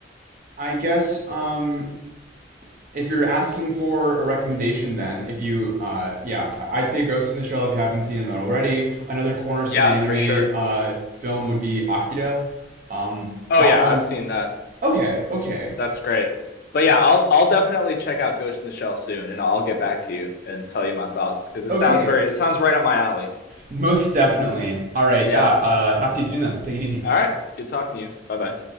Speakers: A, on the right (about 45°); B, on the left (about 50°).
A: I guess um if you're asking for a recommendation then, if you uh yeah, I- would say Ghost in the Shell if you haven't seen it already. Another cornerstone
B: Yeah,
A: anime
B: for sure.
A: uh film would be Akira. Um
B: Oh
A: that
B: yeah,
A: one
B: I've seen that.
A: okay, okay.
B: That's great. But yeah, I'll I'll definitely check out Ghost in the Shell soon, and I'll get back to you and tell you my thoughts because it
A: Okay.
B: sounds very it sounds right up my alley.
A: Most definitely.
B: Uh,
A: All right.
B: Yeah.
A: Yeah, uh talk to you soon then. Take it easy.
B: All right. Good talking to you. Bye bye.